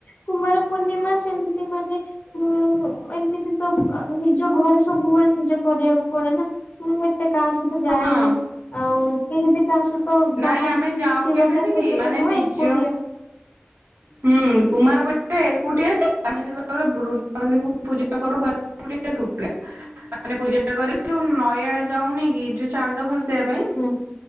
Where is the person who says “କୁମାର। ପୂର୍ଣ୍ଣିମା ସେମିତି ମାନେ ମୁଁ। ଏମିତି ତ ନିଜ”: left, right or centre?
Left